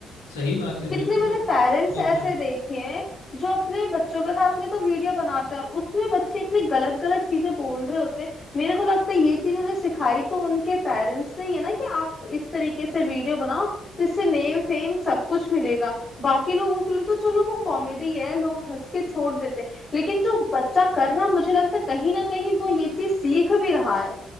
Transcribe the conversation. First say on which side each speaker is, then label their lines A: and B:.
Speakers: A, on the left; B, on the left.
A: सही बात है
B: कितने
A: बिल्कुल
B: मैंने पेरेंट्स
A: बेशक
B: ऐसे देखे हैं जो अपने बच्चों के साथ में तो वीडियो बनाते हैं और उसमें बच्चे इतनी गलत गलत चीजें बोल रहे होते हैं मेरे को लगता है ये चीज उन्हें सिखाई तो उनके पेरेंट्स ने ही है ना कि आप इस तरीके से वीडियो बनाओ तो इससे नेम फेम सब कुछ मिलेगा बाकी लोगों के लिए तो चलो वो कॉमेडी है लोग हंस के छोड़ देते हैं लेकिन जो बच्चा कर रहा मुझे लगता है कहीं ना कहीं वो ये चीज सीख भी रहा है